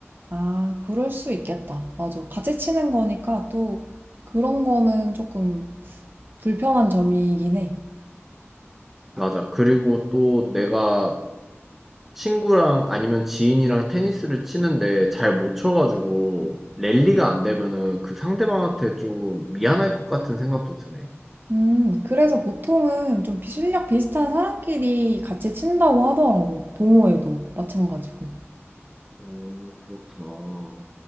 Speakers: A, on the right; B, in the centre.
A: 아, 그럴 수 있겠다. 맞아. 같이 치는 거니까 또 그런 거는 조금 불편한 점이긴 해.
B: 맞아. 그리고 또 내가 친구랑 아니면 지인이랑 테니스를 치는데 잘 못 쳐가지고 랠리가 안 되면은 그 상대방한테 좀 미안할 것 같은 생각도 드네.
A: 음, 그래서 보통은 좀 비- 실력 비슷한 사람끼리 같이 친다고 하더라고. 동호회도 마찬가지고.
B: 어, 그렇구나.